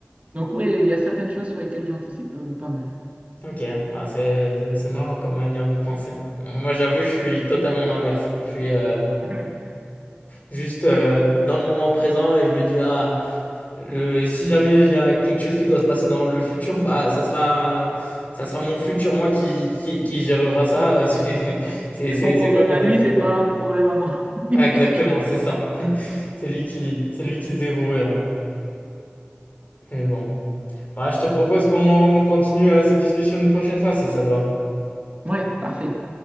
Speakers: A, on the right; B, on the left.
A: Donc oui, il y a certaines choses sur lesquelles j'anticipe euh, pas mal.
B: ok. Ah, c'est c'est- c'est marrant comme manière de penser. Moi, j'avoue, je suis totalement l'inverse. Je suis euh,
A: <laughs>
B: juste euh, dans le moment présent et je me dis, ah, le- si jamais il y a quelque chose qui doit se passer dans le futur, bah, ça sera, ça sera mon futur, moi, qui, qui, qui gérera ça. Euh, <laughs> C'est
A: Ouais.
B: c'est-
A: C'est
B: c'est-
A: son problème
B: c'est pas mes
A: à lui,
B: affaires,
A: c'est
B: quoi.
A: pas mon problème à moi. <laughs>
B: Ouais, exactement, c'est ça. <laughs> C'est lui qui, c'est lui qui se débrouillera. Mais bon. Ouais, je te propose qu'on continue euh, cette discussion une prochaine fois si ça te va.
A: Ouais, parfait.